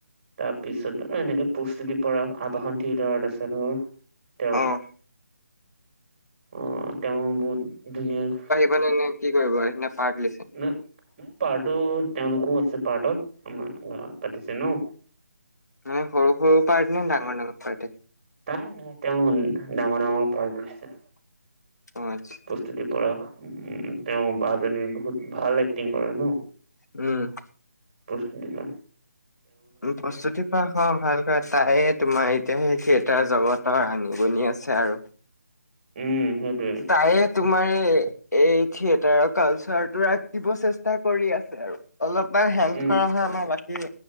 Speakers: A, on the right; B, on the left.
A: তাৰপিছত আৰু এনেকে প্ৰস্তুতি পৰাস, আবাহন থিয়েটাৰত আছে ধৰ- তেওঁ
B: অ'।
A: অঁহ তেওঁ বহুত ধুনীয়া-
B: মানে এনে কি কৰিবা নে পাৰ্ট লৈছা?
A: ও পাৰ্টো তেওঁলোকো আছে পাৰ্টট, আমাৰ গাঁৱত পাতিছে ন।
B: মানে সৰু সৰু পাৰ্ট নে ডাঙৰ ডাঙৰ পাৰ্টে?
A: তাই নাই তেওঁ ডাঙৰ - ডাঙৰ পাৰ্ট লৈছে।
B: অ' আচ্ছ।
A: প্ৰস্তুতিৰ পৰাস উম তেওঁ বাজনীৰ বহুত ভাল এক্টিং কৰে ন।
B: উম।
A: প্ৰস্তুতি বা
B: উম প্ৰস্তুতি পৰাসৰ ভাল। ত তাই তোমাৰ এতিয়া সেই থিয়েটাৰ জগতৰ আনগুনি আছে আৰু।
A: উম সেইটোৱে।
B: তায়ে তোমাৰ এই এ থিয়েটাৰৰ কালচাৰ টো ৰাখিব চেষ্টা কৰি আছে আৰু অলপমান হেল্প
A: উম
B: কৰা হয় আমাৰ বাকী